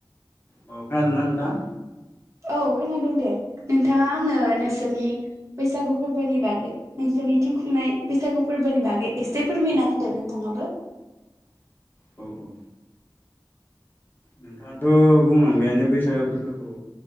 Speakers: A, on the left (about 25°); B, on the right (about 40°).
A: अ खोनादोंना नोंथां
B: औ खोनादों दे नोंथाङा आंनो नोंसोरनि बैसागु फोरबोनि बागै नोंसोरनिथिं खुंनाय बैसागु फोरबोनि बागै एसे फोरमायना होदो नोंथाङाबो
A: औ औ नोंथाङाथ' बुंलांबायानो बैसागो फोरबोखौ